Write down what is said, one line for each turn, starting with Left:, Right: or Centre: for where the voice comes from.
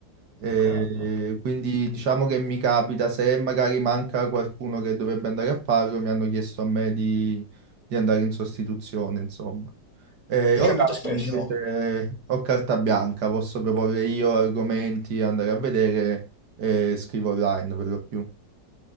Right: E
Left: Su carta.
Right: quindi diciamo che mi capita, se magari manca qualcuno che dovrebbe andare a farlo, mi hanno chiesto a me di, di andare in sostituzione, insomma. E
Left: Hai
Right: online
Left: capito spesso?
Right: invece ho carta bianca, posso proporre io argomenti, andare a vedere e scrivo online per lo più.